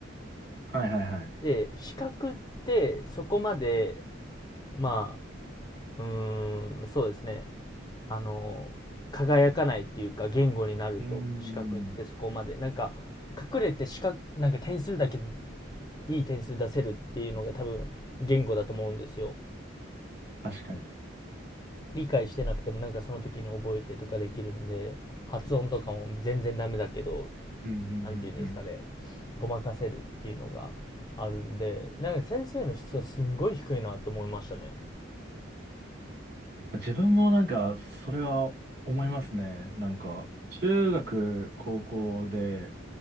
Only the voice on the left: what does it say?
で、資格ってそこまで、まあ、うーん、そうですね。あの、輝かないっていうか言語になると、
資格ってそこまで。なんか、隠れて資格、なんか点数だけいい点数出せるっていうのが多分言語だと思うんですよ
理解してなくてもなんかその時に覚えてとかできるんで発音とかも全然ダメだけど
なんて言うんですかね
ごまかせるっていうのがあるんでなんか先生の質はすんごい低いなと思いましたね